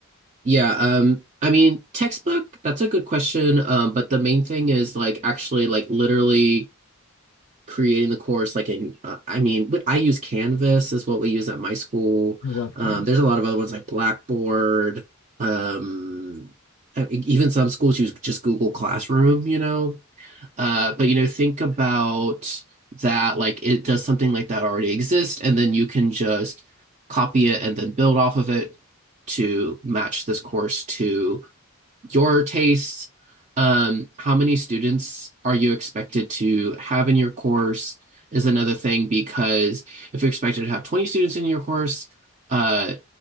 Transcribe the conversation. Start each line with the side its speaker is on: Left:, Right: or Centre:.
Right: Yeah, um I mean textbook, that's a good question. Um, but the main thing is like actually like literally creating the course like in uh, I mean I use Canvas is what we use at my school.
Left: I love
Right: Um,
Left: Canvas.
Right: there's a lot of other ones like Blackboard, um, e- even some schools use just Google Classroom, you know, Uh, but you know, think about that. Like, it does something like that already exist, and then you can just copy it and then build off of it to match this course to your tastes. Um, how many students are you expected to have in your course is another thing because if you're expected to have 20 students in your course, uh,